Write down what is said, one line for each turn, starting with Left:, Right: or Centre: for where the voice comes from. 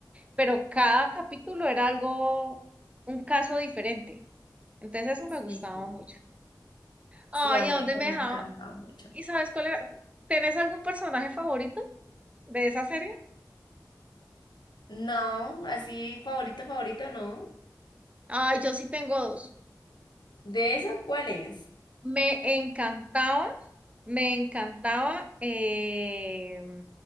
Right: pero cada capítulo era algo, un caso diferente. Entonces eso me gustaba
Left: sí, sí.
Right: mucho. Ay,
Left: Sí, a mí
Right: ¿a dónde
Left: esa
Right: me
Left: me
Right: dejaba?
Left: ha encantado mucho.
Right: ¿Y sabes cuál era? ¿Tenés algún personaje favorito de esa serie?
Left: No, así favorito, favorito, no.
Right: Ay, yo sí tengo dos.
Left: ¿De esa cuál es?
Right: Me encantaba, me encantaba eh,